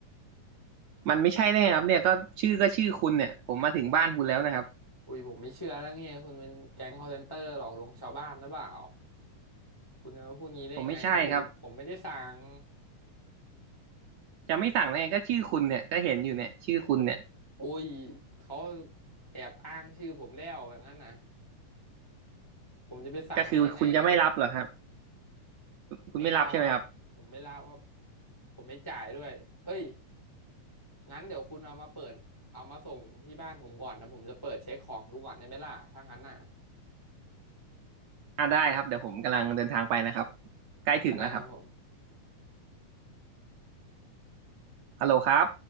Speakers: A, on the right; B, on the left.
A: มันไม่ใช่ได้ไงครับเนี่ยก็ชื่อก็ชื่อคุณเนี่ยผมมาถึงบ้านคุณแล้วนะครับ
B: อุ้ยผมไม่เชื่อแล้วเนี่ยคุณเป็นแก๊ง call center หลอกลวงชาวบ้านหรือเปล่าคุณจะมาพูดงี้ได้ไงเอ้ยผมผมไม่ได้สั่ง
A: ผมไม่ใช่ครับจะไม่สั่งได้ไงก็ชื่อคุณเนี่ยก็เห็นอยู่เนี่ยชื่อคุณเนี่ย
B: อุ้ยเขาแอบอ้างชื่อผมแล้วอย่างนั้นนะผมจะไปสั่งได้ยังไงแล้ว
A: ก็คือคุณจะไม่รับเหรอครับคุณไม่รับใช่ไหมครับ
B: ไม่เอาครับผมไม่รับครับผมไม่จ่ายด้วยเอ้ย งั้นเดี๋ยวคุณเอามาเปิดเอามาส่งที่บ้านผมก่อนนะผมจะเปิดเช็คของดูก่อนได้ไหมล่ะถ้างั้นน่ะ
A: อ่าได้ครับเดี๋ยวผมกำลังเดินทางไปนะครับใกล้ถึงแล้วครับ
B: ได้ครับผม
A: ฮัลโหลครับ